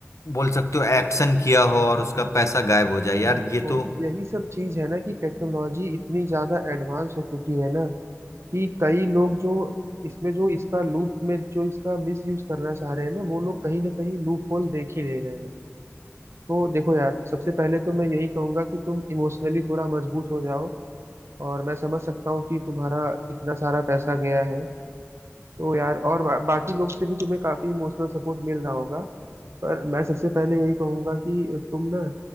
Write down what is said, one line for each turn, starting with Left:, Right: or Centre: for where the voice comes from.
Left: बोल सकते हो एक्शन किया हो और उसका पैसा गायब हो जाए यार
Right: मैं तो
Left: ये तो
Right: यही सब चीज है ना कि टेक्नोलॉजी इतनी ज्यादा एडवांस हो चुकी है ना कि कई लोग जो इसमें जो इसका लूप में जो इसका मिस यूज करना चाह रहे हैं ना वो लोग कहीं ना कहीं लूप होल देख ही ले रहे हैं तो देखो यार सबसे पहले तो मैं यही कहूंगा कि तुम इमोशनली थोड़ा मजबूत हो जाओ और मैं समझ सकता हूँ कि तुम्हारा इतना सारा पैसा गया है तो यार और बा, बाकी लोग से भी तुम्हें काफी इमोशनल सपोर्ट मिल रहा होगा पर मैं सबसे पहले यही कहूंगा कि तुम ना